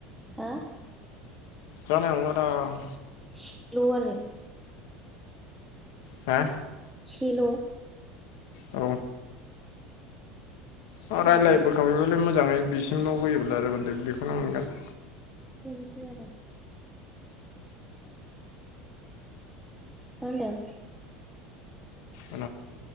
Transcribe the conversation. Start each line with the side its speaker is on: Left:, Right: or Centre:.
Centre: हा
Left: जानाय नंलादां
Centre: एसे ल' आरो
Left: हा
Centre: एसेल
Left: औ अ
Centre: जारलासो
Left: रायलाय‌ बोखाबायबालाय मोजाङै बिसिमल होयोब्ला आरो माथे बेखौनो मोनगोन।
Centre: दुखु जादों मा होनदों
Left: अ।